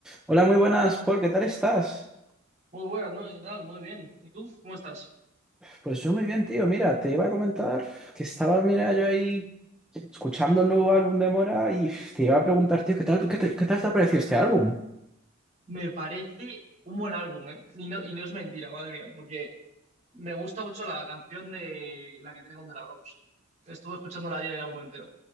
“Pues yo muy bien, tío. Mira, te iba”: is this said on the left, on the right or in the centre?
Centre